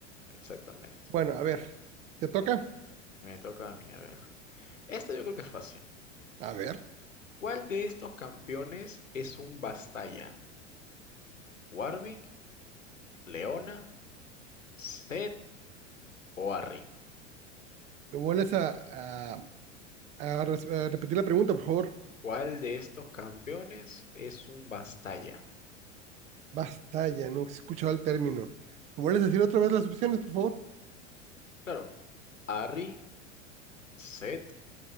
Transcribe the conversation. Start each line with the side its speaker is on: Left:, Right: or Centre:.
Left: Exactamente.
Right: Bueno, a ver, ¿te toca?
Left: A ver, me toca a mí, a ver. Esta yo creo que es fácil.
Right: A ver,
Left: ¿Cuál de estos campeones es un Bastaya? ¿Warwick, Leona, Seth o Arri.
Right: ¿te vuelves a, a, a res- a repetir la pregunta, por favor.
Left: ¿Cuál de estos campeones es un Bastaya?
Right: Basta ya, no he escuchado el término. ¿Me vuelves a decir otra vez las opciones, por favor?
Left: Claro, Arri, Seth,